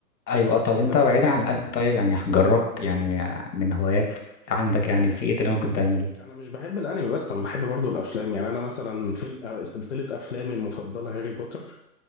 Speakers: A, on the left; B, on the left.
A: ايوه آه، طب انت
B: بس
A: بعيدا عن الانمي طيب يعني جربت يعني من هوايات عندك يعني في ايه تاني ممكن تعمله
B: انا مش بحب الانمي بس انا بحب برضو الافلام يعني انا مثلا في ال- آه، سلسله افلامي المفضله هاري بوتر